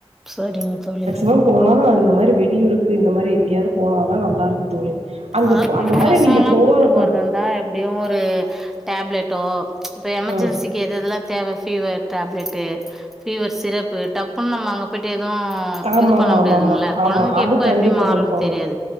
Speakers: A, in the centre; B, on the right.
A: சரிங்க தோழி
B: வம் போனா இந்த மாரி வெளியூருக்கு இந்த மாரி எங்யாவ்து போனதா நல்லாருக்கு தோழி அங்க
A: ஆ
B: போ
A: இப்
B: அந்த மாரி
A: பசங்கல்லா
B: நீங்க போறப்ப
A: கூட்டு போறதாந்தா எப் ப்டியு ஒரு டேப்லெட்டோ இப்ப எமர்ஜென்சி
B: ம்
A: கி எதெதுலா தேவ ஃபீவர் டேப்லெட்டு ஃபீவர் சிரப்பு டப்புன் நம்ம அங்க பிட்டு எது
B: ஆமா
A: இது பண்ண
B: ஆமா
A: முடியாதுங்ள
B: ஆமா ஆமா ஆமா
A: கொழந்தக்கி
B: அது
A: எப்ப
B: கண்டிப்பா
A: எப்டி மாறுன்
B: கொண்டு போகணும்
A: தெரியாது